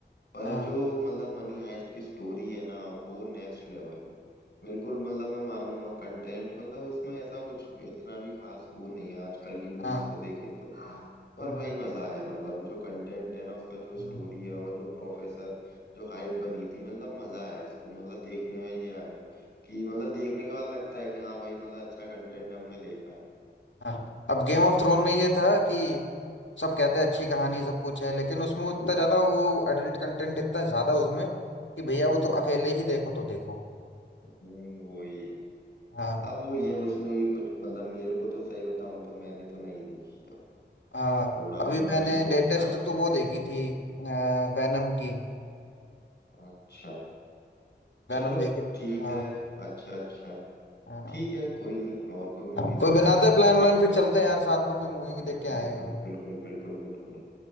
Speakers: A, on the left; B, on the left.
A: पर
B: हाँ
A: जो मतलब मनी हाइस्ट की स्टोरी है ना वो नेक्स्ट लेवल है बिल्कुल मतलब मैं मानूंगा कंटेंट मतलब उसमें ऐसा कुछ इतना भी खास वो नहीं है आजकल की मूवीज
B: हाँ
A: को देखे तो हाँ। पर
B: हम्म,
A: भाई मजा है मतलब जो कंटेंट है ना उसका जो
B: हम्म,
A: स्टोरी है और जो प्रोफेसर जो हाइप बनी थी मतलब मजा है उसको मतलब देखने में ये आया कि मतलब देखने के बाद लगता है कि हाँ भाई मतलब अच्छा कंटेंट हमने देखा है
B: हाँ अब गेम ऑफ
A: हाँ।
B: थ्रोन में ये था कि सब कहते हैं अच्छी कहानी सब कुछ है लेकिन उसमें इतना ज्यादा वो एडल्ट कंटेंट इतना
A: हम्म,
B: ज्यादा उसमें कि भैया वो तो अकेले ही देखो तो देखो
A: हम्म, वही है
B: हाँ
A: अब वो ये उसमें भी कुछ मतलब मेरे को तो सही बताऊं तो मैंने तो नहीं देखी अब
B: हाँ
A: थोड़ा
B: अभी
A: मोड़ा
B: मैंने
A: मेरे को
B: लेटेस्ट
A: कुछ खास समझ
B: तो वो
A: नहीं
B: देखी
A: गया
B: थी वैनम की
A: अच्छा
B: वैनम
A: चलो
B: देखी
A: ठीक
B: हाँ
A: है अच्छा अच्छा
B: हाँ
A: ठीक है कोई नहीं और कोई मूवी
B: हाँ।
A: देखो
B: कोई बनाते
A: तो बताना
B: प्लान व्लान फिर
A: फिर
B: चलते हैं यार साथ में कोई मूवी भी
A: बिल्कुल
B: देख के आए
A: बिल्कुल
B: हैं
A: बिल्कुल बिल्कुल बिल्कुल